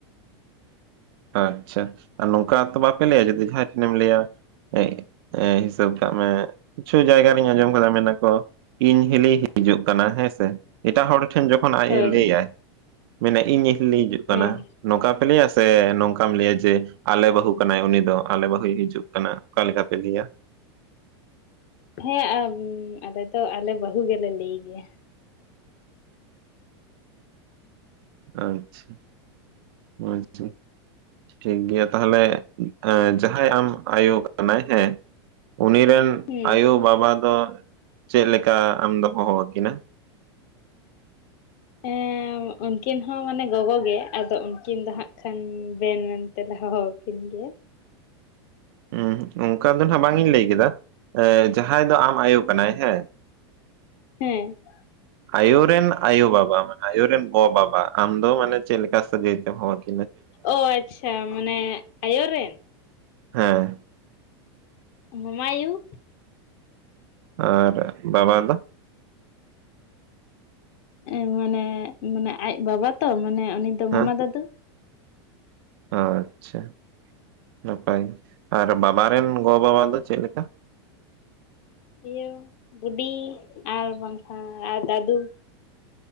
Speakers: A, on the right (about 60°); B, on the left (about 45°).
A: ᱟᱪᱪᱷᱟ ᱟᱨ ᱱᱚᱝᱠᱟ ᱛᱚ ᱵᱟᱯᱮ ᱞᱟᱹᱭᱟ ᱡᱩᱫᱤ ᱡᱟᱦᱟᱸᱭ ᱴᱷᱮᱱᱮᱢ ᱞᱟᱹᱭᱟ ᱮᱸ ᱮᱸ ᱦᱤᱥᱟᱹᱵ ᱠᱟᱜ ᱢᱮ ᱠᱤᱪᱷᱩ ᱡᱟᱭᱜᱟ ᱨᱤᱧ ᱟᱸᱡᱚᱢ ᱠᱟᱫᱟ ᱢᱮᱱᱟᱠᱚ ᱤᱧ ᱦᱤᱞᱤ ᱦᱤᱡᱩᱜ ᱠᱟᱱᱟ ᱦᱮᱸᱥᱮ, ᱮᱴᱟᱜ ᱦᱚᱲ ᱴᱷᱮᱱ ᱡᱚᱠᱷᱚᱱ ᱟᱡ
B: ᱦᱳᱭ
A: ᱮ ᱞᱟᱹᱭ ᱟᱭ ᱢᱮᱱᱟᱭ ᱤᱧ ᱦᱤᱞᱤ ᱦᱤᱡᱩᱜ ᱠᱟᱱᱟ
B: ᱦᱮᱸ
A: ᱱᱚᱝᱠᱟ ᱯᱮ ᱞᱟᱹᱭᱟ ᱥᱮ ᱱᱚᱝᱠᱟᱢ ᱞᱟᱹᱭᱟ ᱡᱮ ᱟᱞᱮ ᱵᱟᱹᱦᱩ ᱠᱟᱱᱟᱭ ᱩᱱᱤ ᱫᱚ ᱟᱞᱮ ᱵᱟᱹᱦᱩᱭ ᱦᱤᱡᱩᱜ ᱠᱟᱱᱟ ᱚᱠᱟ ᱞᱮᱠᱟ ᱯᱮ ᱞᱟᱹᱭᱟ?
B: ᱦᱮᱸ ᱟᱞᱮ ᱫᱚ ᱟᱞᱮ ᱵᱟᱹᱦᱩ ᱜᱮᱞᱮ ᱞᱟᱹᱭ ᱜᱮᱭᱟ᱾
A: ᱟᱪᱪᱷᱟ ᱟᱪᱪᱷᱟ᱾ ᱴᱷᱤᱠ ᱜᱮᱭᱟ ᱛᱟᱦᱚᱞᱮ ᱡᱟᱦᱟᱸᱭ ᱟᱢ ᱟᱭᱳ ᱠᱟᱱᱟᱭ ᱦᱮᱸ, ᱩᱱᱤ ᱨᱮᱱ
B: ᱦᱩᱸ
A: ᱟᱭᱳ ᱵᱟᱵᱟ ᱫᱚ ᱪᱮᱫ ᱞᱮᱠᱟ ᱟᱢ ᱫᱚᱢ ᱦᱚᱦᱚᱣᱟᱠᱤᱱᱟ?
B: ᱦᱮᱸ᱾ ᱩᱱᱠᱤᱱ ᱦᱚᱸ ᱢᱟᱱᱮ ᱜᱚᱜᱚ ᱜᱮ ᱟᱫᱚ ᱩᱱᱠᱤᱱ ᱫᱚ ᱦᱟᱸᱜ ᱠᱷᱟᱱ ᱵᱮᱱ ᱢᱮᱱ ᱛᱮᱞᱮ ᱦᱚᱦᱚᱣᱟᱠᱤᱱ ᱜᱮᱭᱟ ᱾
A: ᱩᱸᱦᱩᱸᱜ ᱚᱱᱠᱟ ᱫᱚ ᱱᱟᱦᱟᱜ ᱵᱟᱝ ᱤᱧ ᱞᱟᱹᱭ ᱠᱮᱫᱟ ᱮ ᱡᱟᱦᱟᱸᱭ ᱫᱚ ᱟᱢ ᱟᱭᱳ ᱠᱟᱱᱟᱭ ᱦᱮᱸ ᱾
B: ᱦᱮᱸ ᱾
A: <inaudible> ᱟᱭᱳ ᱨᱮᱱ ᱟᱭᱳ ᱵᱟᱵᱟ ᱢᱟᱱᱮ ᱟᱭᱳ ᱨᱮᱱ ᱜᱚ ᱵᱟᱵᱟ ᱟᱢ ᱫᱚ ᱢᱟᱱᱮ ᱪᱮᱫ ᱞᱮᱠᱟ ᱥᱟᱹᱜᱟᱹᱭ ᱛᱮᱢ ᱦᱚᱦᱚᱣᱟ ᱠᱤᱱᱟ?
B: ᱚ ᱟᱪᱪᱷᱟ ᱢᱟᱱᱮ ᱟᱭᱳ ᱨᱮᱱ?
A: ᱦᱮᱸ ᱾
B: ᱢᱟᱢᱟ ᱟᱭᱩ ᱾
A: ᱟᱨ ᱵᱟᱵᱟ ᱫᱚ?
B: ᱮ ᱢᱟᱱᱮ, ᱢᱟᱱᱮ ᱟᱡ ᱵᱟᱵᱟ ᱛᱚ ᱢᱟᱱᱮ ᱩᱱᱤ ᱫᱚ
A: ᱦᱮᱸ
B: ᱢᱟᱢᱟ ᱫᱟᱫᱩ ᱾
A: ᱟᱪᱪᱷᱟ ᱱᱟᱯᱟᱭ, ᱟᱨ ᱵᱟᱵᱟ ᱨᱮᱱ ᱜᱚ ᱵᱟᱵᱟ ᱫᱚ ᱪᱮᱫ ᱞᱮᱠᱟ?
B: ᱤᱭᱟᱹ ᱵᱩᱰᱤ ᱟᱨ ᱵᱟᱝᱠᱷᱟᱱ ᱟᱨ ᱫᱟᱫᱩ ᱾